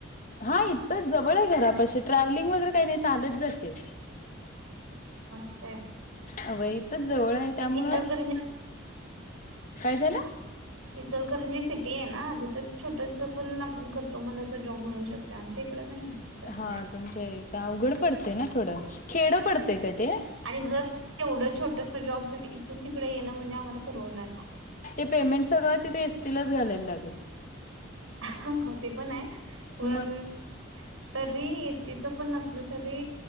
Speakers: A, on the left; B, on the right.
A: हा, इतच जवळय, घरापाशी. ट्रॅव्हलिंग वगैरे काही नाही. चालत जाते.
B: मस्तय.
A: अव, इथच जवळय, त्यामुळं.
B: इचलकरंजी
A: काय झालं?
B: इचलकरजी सिटीयना. तिथं, छोटस पण आपण करतो म्हनल तर, जॉब मिळू शकतो. ते आमच्या इकडं, नाहीये. तसलं
A: हा,
B: काय.
A: तुमच्या इता अवघड पडतय ना, थोडं. खेड पडतेय का ते?
B: आणि जर येवढं छोटस जॉबसाठी, इथून तिकडे येणं म्हणजे आम्हाला परवडना.
A: ते पेमेंट सगळं, तिथे एस टीलाच घालायला लागेल.
B: हं. हो, ते पनाय. पण
A: मग
B: तरी एस टीच पण नसल तरी,